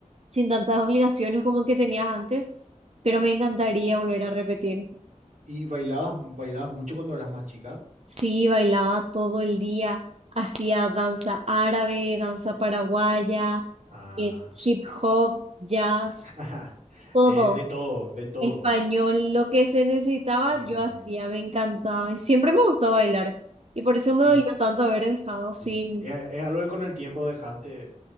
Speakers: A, on the right; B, on the right.
A: sin tantas obligaciones como que tenías antes, pero me encantaría volver a repetir.
B: ¿Y bailabas, bailabas mucho cuando eras más chica?
A: Sí, bailaba todo el día, hacía danza árabe, danza paraguaya
B: Ah,
A: hip hip hop, jazz,
B: <laughs>
A: todo.
B: eh, de todo, de todo,
A: Español, lo que se necesitaba,
B: hija
A: yo hacía,
B: de mil.
A: me encantaba. Y siempre me gustó bailar. Y por eso me
B: y
A: dolió tanto haber dejado sin...
B: Y sí, es, es algo que con el tiempo dejaste,